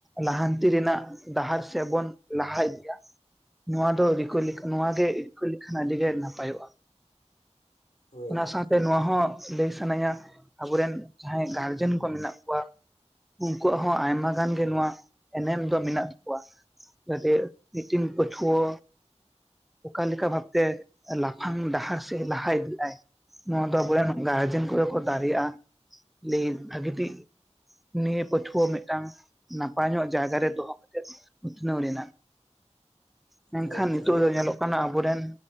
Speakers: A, in the centre; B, on the left.
A: ᱞᱟᱦᱟᱱᱛᱤ ᱨᱮᱱᱟᱜ ᱰᱟᱦᱟᱨ ᱥᱮᱫ ᱵᱚᱱ ᱞᱟᱦᱟ ᱤᱫᱤᱜ-ᱟ ᱱᱚᱣᱟ ᱫᱚ ᱨᱤᱠᱳᱭ ᱞᱮᱠᱷᱟᱱ ᱱᱚᱣᱟᱜᱮ ᱨᱤᱠᱟᱹᱭ ᱞᱮᱠᱷᱟᱱ ᱟᱹᱰᱤ ᱜᱮ ᱱᱟᱯᱟᱭᱚᱜᱼᱟ
B: ᱦᱳᱭ
A: ᱚᱱᱟ ᱥᱟᱶᱛᱮ
B: ᱦᱳᱭ
A: ᱱᱚᱣᱟ
B: ᱮᱠᱟᱞ
A: ᱦᱚᱸ ᱞᱟᱹᱭ ᱥᱟᱱᱟᱧᱟ ᱟᱵᱚᱨᱮᱱ ᱡᱟᱦᱟᱸᱭ ᱜᱟᱨ ᱡᱮᱱ ᱠᱚ ᱢᱮᱱᱟᱜ ᱠᱚᱣᱟ ᱩᱱᱠᱩᱣᱟᱜ ᱦᱚᱸ ᱟᱭᱢᱟ ᱜᱟᱱ ᱜᱮ ᱱᱚᱣᱟ ᱮᱱᱮᱢ ᱫᱚ ᱢᱮᱱᱟᱜ ᱛᱟᱠᱚᱣᱟ᱾ ᱡᱟᱛᱮ ᱢᱤᱫᱤᱴᱤᱱ ᱯᱟᱹᱴᱷᱣᱟᱹᱼᱼ ᱚᱠᱟᱞᱮᱠᱟ ᱵᱷᱟᱵᱛᱮ ᱞᱟᱯᱷᱟᱝ ᱰᱟᱦᱟᱨ ᱥᱮᱫ ᱞᱟᱦᱟ ᱤᱫᱤ ᱟᱭᱼᱼ ᱱᱚᱣᱟ ᱫᱚ ᱟᱵᱚᱨᱮᱱ ᱜᱟᱨᱡᱮᱱ ᱠᱚᱜᱮ ᱠᱚ ᱫᱟᱲᱮᱭᱟᱜᱼᱟ ᱞᱮᱭ ᱵᱷᱟᱹᱜᱮ ᱴᱷᱤᱠ᱾ ᱱᱤᱭᱟᱹ ᱯᱟᱹᱴᱷᱣᱟᱹ ᱢᱤᱫᱴᱟᱝ᱾ ᱱᱟᱯᱟᱭ ᱧᱚᱜ ᱡᱟᱭᱜᱟᱨᱮ ᱫᱚᱦᱚ ᱠᱟᱛᱮᱫ ᱩᱛᱱᱟᱹᱣ ᱨᱮᱱᱟᱜ ᱢᱮᱱᱠᱷᱟᱱ
B: ᱦᱳᱭ ᱮᱠᱟᱞ
A: ᱱᱤᱛᱳᱜ
B: ᱮᱠᱟᱞ
A: ᱫᱚ ᱧᱮᱞᱚᱜ ᱠᱟᱱᱟ ᱟᱵᱚᱨᱮᱱ